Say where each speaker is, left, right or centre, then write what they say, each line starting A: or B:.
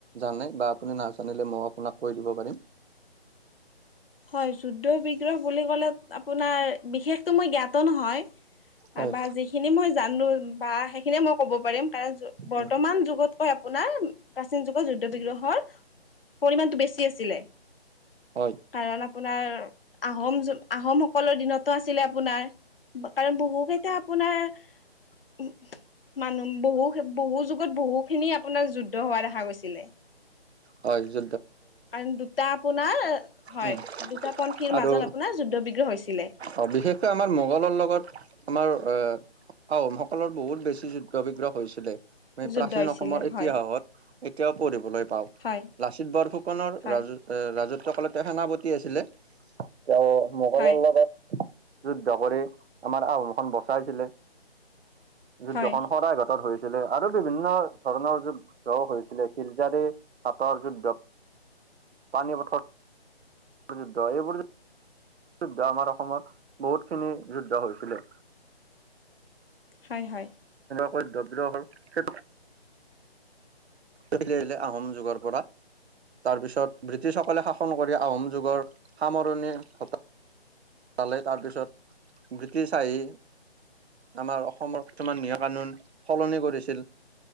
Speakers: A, on the right (about 80°); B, on the left (about 60°).
A: জানে বা আপুনি নাজানিলে মই অলপ কৈ দিব পাৰিম।
B: হয়, যুদ্ধ বিগ্ৰহ বুলি ক'লে আপোনাৰ বিশেষতো মই জ্ঞাত নহয়৷
A: হয়।
B: বা যিখিনি মই জানো বা সে সেইখিনিয়ে মই ক'ব পাৰিম। কাৰণ বৰ্তমান
A: উম,
B: যুগতকৈ আপোনাৰ প্ৰাচীন যুগৰ যুদ্ধ বিগ্ৰহৰ পৰিমণতটো বেছি আছিলে।
A: হয়
B: কাৰণ আপোনাৰ আহোম আহো আহোমসকলৰ দিনতো আছ আপোনাৰ। কাৰণ বহু কেইটা আপোনাৰ মানুহ বহু বহু যুগত বহুখিনি আপোনাৰ যুদ্ধ হোৱা দেখা গৈছিলে।
A: হয়, য
B: কাৰণ দুটা আপোনাৰ হয়
A: উম,
B: দুটা পন্থীৰ
A: আৰু
B: মাজত আপোনাৰ যুদ্ধ বিগ্ৰহ হৈছিলে।
A: অ', বিশেষকৈ আমাৰ মোগলৰ লগত আমাৰ আহ আহোমসকলৰ বহুত বেছি যুদ্ধ বিগ্ৰহ হৈছিলে। আমি
B: যুদ্ধ
A: প্ৰাচীন
B: হৈছিলে
A: অসমৰ ইতিহাসত
B: হয়
A: এতিয়াও পঢ়িবলৈ পাওঁ।
B: হয়
A: লাচিত বৰফুকনৰ
B: হয়
A: ৰাজ-ৰাজত্ব তেওঁ সেনাপতি আছিলে। তেওঁ মোগলৰ
B: হয়
A: লগত যুদ্ধ কৰি আমাৰ আহোমখন বচাইছিলে। যুদ্ধখন
B: হয়
A: সদায় ঘাটত হৈছিলে। আৰু বিভিন্ন ধৰণৰ যুদ্ধ হৈছিলে। শিলজাৰী হাটৰ যুদ্ধ। পানী পথৰ যুদ্ধ এইবোৰ যুদ্ধ আমাৰ অসমত বহুতখিনি যুদ্ধ হৈছিলে।
B: হয়, হয়।
A: <inaudible> আহিল আহিলে আহোম যুগৰ পৰা। তাৰ পিছত ব্ৰিটিছসকলে শাসন ক আহোম যুগৰ সামৰণি ঘটা পালে তাৰপিছত ব্ৰিটিছ আহি আমাৰ অসমৰ বৰ্তমান নিয়ম কানুন সলনি কৰিছিল।